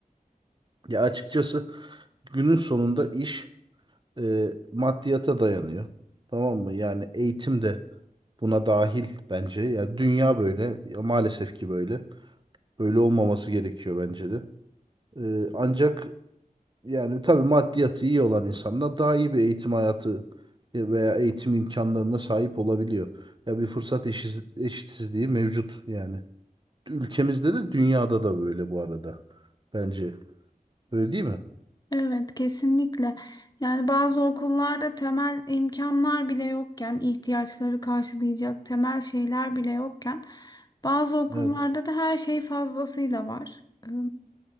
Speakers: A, on the right; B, on the left.
A: ya açıkçası günün sonunda iş e, maddiyata dayanıyor. Tamam mı? Yani eğitim de buna dahil bence. Ya dünya böyle, ya maalesef ki böyle. Böyle olmaması gerekiyor bence de. E, ancak Yani tabii maddiyatı iyi olan insanlar daha iyi bir eğitim hayatı e, veya eğitim imkanlarına sahip olabiliyor. Ya bir fırsat eşiz- eşitsizliği mevcut yani. Ülkemizde de dünyada da böyle bu arada. Bence. Öyle değil mi?
B: Evet, kesinlikle. Yani bazı okullarda temel imkanlar bile yokken, ihtiyaçları karşılayacak temel şeyler bile yokken, bazı okullarda
A: Evet.
B: da her şey fazlasıyla var. Ee,